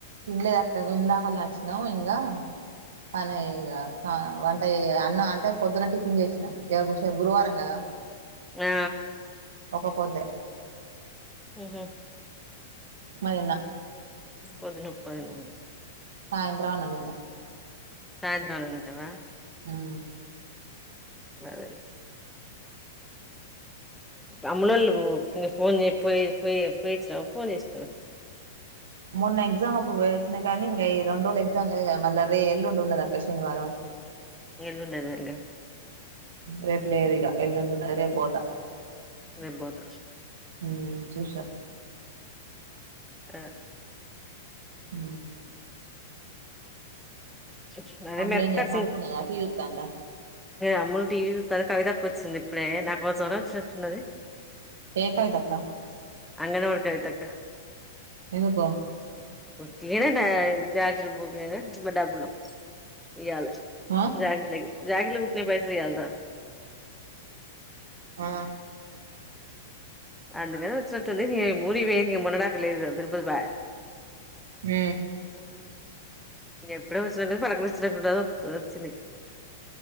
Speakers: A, on the right; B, in the centre.
A: తిన్లేదక్క ఇందకనే వచ్చినమ్ ఇంగా పనైయ్ గ సా వన్ టయ్ అన్న అంటే పొద్దున్న టీఫిన్ చేసినా ఇగ గు ర్సే గురువారం కదా
B: ఆ
A: కో పోద్దె
B: ఉమ్ హు
A: తిన్నా
B: పొద్దున ఉప్మా తిన్న
A: సాయంత్ర మ్ అన్నమ్ తింట
B: సాయంత్రం అన్నం తింటవా
A: ఉమ్
B: నా దెల్స్ అమ్ములోలు ఫోన్ జేయ్ పోయ్ పోయ్ పోయో చ్చినవా ఫోన్ చేసినావ
A: మొన్న ఎగ్జామ్ అప్పుడు వోయి వచ్చిన గానీ ఇంగ ఈ రెండ్రోజులు ఎగ్జమ్ లేదు కద మళ్ళా రే ఎల్లుండి ఉన్నదక్క శనివారం
B: ఎల్లుండేనా ఇంగ
A: రేపు లేదు ఇక ఎల్లుంటున్నది రేపు పోతా
B: రేప్ పోత
A: ఊ చూసత్
B: ఆ
A: ఊ
B: సరే
A: అమ్ములు ఏం
B: <unintelligible>
A: చే పనుకున్నదా టీవీ చూత్తాందా
B: అమూల్ టీవీ చూస్తుంది వచ్చింది ఇప్పుడే నాకుసం వచ్చినట్లున్నది.
A: ఏ కవిత అక్క
B: అంగణవాణి కవిత అక్క
A: ఎందుకో
B: వాటిగానే జగిర బోగానే డబ్బులు ఇయల
A: ఆ
B: జాగిట్లేకి జాకెట్లు కుడితే పైసల్ ఇయాల్న
A: ఆ
B: అందుకని వచ్చినట్లున్నదిటు మూడికి పోయినాదిగా మున్నడాకలేదు అదురుపా
A: ఊ
B: ఎప్పుడో వచ్చి పలకరించట త్ వచ్చింది